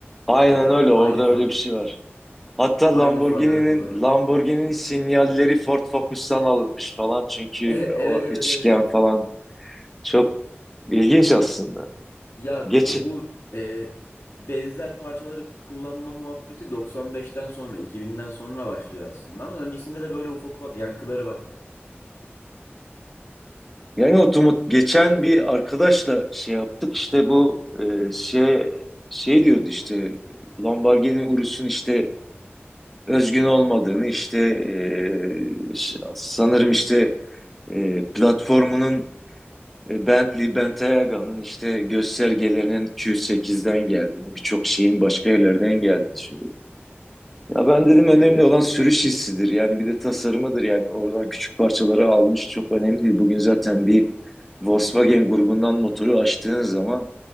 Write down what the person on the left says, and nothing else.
Mesela
aynı far,
aynı
farları kullanan.
<laughs>
E- evet
evet
evet evet.
Ya
e, bu e, benzer parçaları kullanma muhabbeti 95'ten sonra 2000'den sonra başlıyor aslında ama öncesinde de böyle ufak ufak yankıları var.